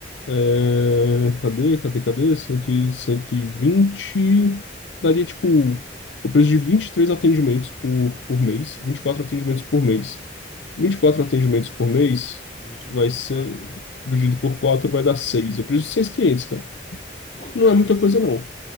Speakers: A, on the left; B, on the left.
A: É, cadê, cadê, cadê? cento, e cento e vinte Daria, tipo, o preço de 23 atendimentos por, por mês. vinte e quatro atendimentos por mês. vinte e quatro
B: Hum,
A: atendimentos por mês
B: dividido
A: vai
B: por
A: ser
B: quatro.
A: dividido por 4 vai dar seis, O preço de 6 clientes, cara.
B: Pô,
A: Não
B: cara,
A: é muita
B: isso
A: coisa,
B: aí
A: não.